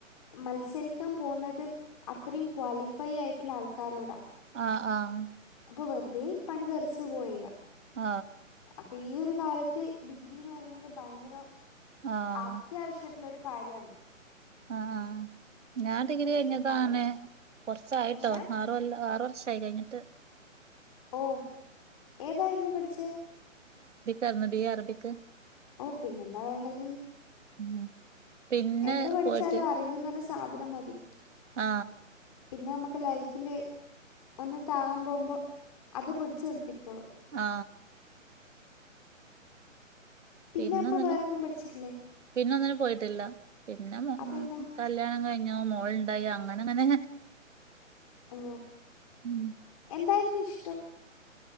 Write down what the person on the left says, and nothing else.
മത്സരിക്കാൻ പോന്നത് അത്രയും ക്വാളിഫൈ ആയിട്ടൊള്ള ആൾക്കാരോടാ.
അപ്പ വെറുതെ പണി തെറിച്ച് പോയ
അപ്പോൾ ഈ ഒരു കാലത്ത് ഡിഗ്രിന്ന് പറയുന്നത് ഭയങ്കര
അത്യാവശ്യട്ടുള്ളൊരു കാര്യാണ്.
ചെയ്യുമ്പോഴായാലും
എങ്ങനെ
ഓ ഏതായിരുന്നു പഠിച്ചേ?
ഓ പിന്നെന്താ വേണ്ടത്.
എന്ത് പഠിച്ചാലും
അറിവ് എന്നൊരു സാധനം മതി.
പിന്നെ മ്മക്ക് ലൈഫില് ഒന്ന് താം പോമ്പോ അത് പിടിച്ചു നിർത്തിക്കോളും.
പിന്നെ
അപ്പൊ വേറോന്നും പഠിച്ചിട്ടില്ല?
അതെന്താ
ഓ
എന്തായിരുന്നു ഇഷ്ടം?